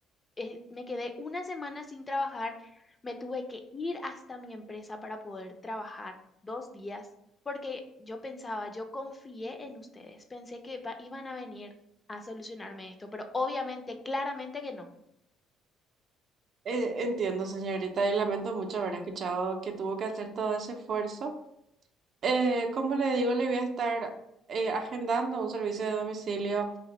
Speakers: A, on the left; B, on the right.
A: eh, me quedé una semana sin trabajar, me tuve que ir hasta mi empresa para poder trabajar dos días, porque yo pensaba, yo confié en ustedes, pensé que va- iban a venir a solucionarme esto, pero obviamente, claramente que no.
B: eh, entiendo, señorita, y lamento mucho haber escuchado que tuvo que hacer todo ese esfuerzo. Eh, como le digo, le voy a estar eh, agendando un servicio de domicilio